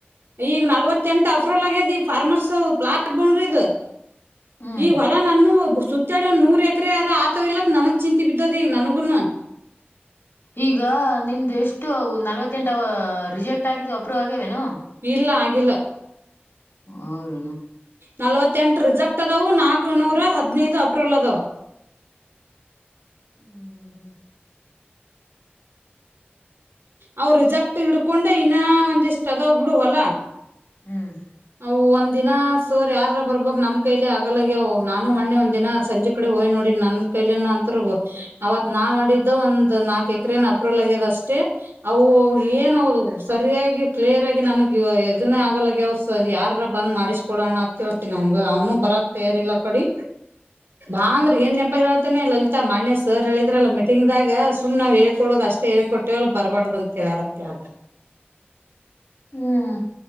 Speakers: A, on the right (about 80°); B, on the left (about 85°).
A: ಈಗ ನಲ್ವತ್ತ ಎಂಟ ಅಫ್ರಲ್ ಆಗ್ಯದಿ ಫಾರ್ಮರ್ಸ್ ಪ್ಲಾಟ್ ಬಂಡ್ರ ಇದ
B: ಹ್ಮ್
A: ಈ ಹೊಲ <unintelligible> ಸುತ್ತಾಡ ಒಂದ ನೂರ್ ಎಕರೆ ಅರ ಆತ ಇಲ್ಲತ್ ನನಗ್ ಚಿಂತಿ ಬಿದ್ದದ ಈಗ ನನ್ಗೂನು
B: ಈಗ ನಿಮ್ದ ಎಷ್ಟು ನಲ್ವತ್ತೆಂಟ ರಿಜೆಕ್ಟ್ ಆಗಿದ ಅಪ್ರೂವ್ ಆಗ್ಯೇವೇನು
A: ಇಲ್ಲ ಹಾಗ ಇಲ್ಲ
B: ಹೌದ
A: ನಲವತ್ತು <unintelligible> ಎಂಟು ರಿಸಕ್ಟ್ ಅದವು ನಾಕು ನೂರ ಹದಿನೈದು ಅಪ್ರಿಲ್ ಅದು
B: ಹ್ಮ್ ಹ್ಮ್ ಹ್ಮ್
A: ಅವ ರಿಸಕ್ಟ್ ಹಿಡ್ಕೊಂಡೆ ಇನ್ನ ಒಂದಿಷ್ಟ್ ಅದಾವ್ ಬಿಡುವಲ್ಲ
B: ಹ್ಮ್ ಹ್ಮ್
A: ಅವು ದಿನ ಸೋರ್ ಯಾರಾರ ಬರ್ಬಕ್ ನಮ್ ಕೈಲೆ ಅಗಲ್ಲಯಗವ ನಾನು ಮಣ್ಣೆ ಒಂದ್ ದಿನ ಸಂಜೆ ಕಡೆ ಹೋಯ್ ನೋಡಿ ನನ್ ಕೈಲೆನ ಅಂತರು ಅವತ್ ನಾ ಮಾಡಿದ್ದ ಒಂದ ನಾಲ್ಕ ಎಕರೆೇನ ಅಪ್ರೂವಲ್ ಆಗ್ಯದ ಅಷ್ಟ ಅವು ಏನದು ಸರಿಯಾಗಿ ಕ್ಲಿಯರ್ ಆಗಿ ನನಗೆ ಎನ್ನ ಆಗಲ ಅವ ಯಾರಾರ ಬಂದ್ ಮಾಡಿಸ್ಕೊಡೋಣ ಅಂತ ಹೇಳ್ತನಿ ಅವಗ ಅವ್ನು ಬರಕ್ ತಯಾರಿಲ್ಲ ಕಡಿ ಬಾ ಅಂದ್ರೆ ಏನ್ ನೆಪ ಹೇಳ್ತಾನೆ ಲಲಿತಾ ಮಣೆ ಸರ್ ಹೇಳಿದ್ರಲ್ಲ ಮೀಟಿಂಗ್ದಾಗ ಸುಮ್ ನಾವು ಹೇಳ್ಕೊಡೋದು ಅಷ್ಟೇ ಹೇಳ್ ಟೋಲ್ ಬರ್ಬಾರಡ್ದಂತ ಹೇಳಾರತ್ತೆ ಆ
B: ಹ್ಮ್